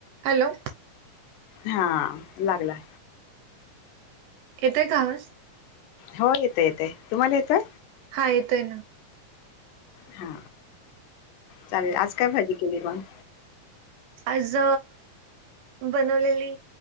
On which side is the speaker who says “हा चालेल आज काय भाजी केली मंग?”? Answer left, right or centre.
Left